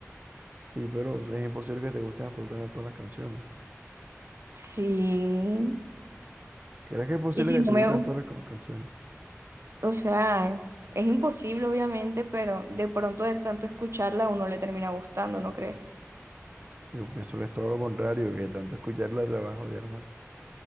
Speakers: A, on the right; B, on the right.
A: sí, pero es imposible que te gusten absolutamente todas las canciones.
B: Sí,
A: ¿Crees que es posible
B: y si
A: que
B: no
A: te
B: me,
A: gusten todas las ca- canciones?
B: o sea, es imposible obviamente, pero de pronto de tanto escucharla a uno le termina gustando, ¿no crees?
A: Yo pienso que es todo lo contrario, que tanto escucharla te la vas a odiar más.